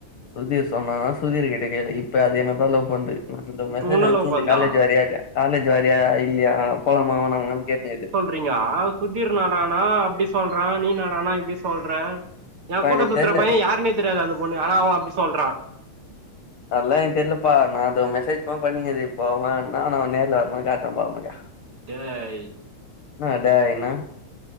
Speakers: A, on the left; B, on the right.
A: சுதீர் சொன்னானா சுதீர் கிட்ட கேளு இப்ப அது என்னதா லவ் பண்து எனக்கிந்த
B: இப்ப
A: மெசேஜ்
B: உன்ன
A: அனுப்ச்ந்துது
B: லவ் பண்தா
A: காலேஜ் வாரிய இல்லயா காலேஜ் வரியா இல்லயா போலாமா வேணாமான் கேட்னுகிது
B: றிங்க சுதீர் என்னடானா அப்டி சொல்றா நீ என்னடான இப்டி சொல்ற எ
A: ப்பா
B: கூட்ட
A: எனக்கு
B: சுத்ற
A: தெர்ல
B: பைய யாருன்னே தெரியாது அந்த பொண்ணு ஆனா அவ அப்டி சொல்றா
A: அதெல்லா என தெரியலுப்பா நா அத மெசேஜ் பண்ணீங்குது போவேன்னா நா நேர்ல வரே போது காட்ரே பார் உனக்கு போணுக்கா
B: டேய்
A: என்ன டேய் நா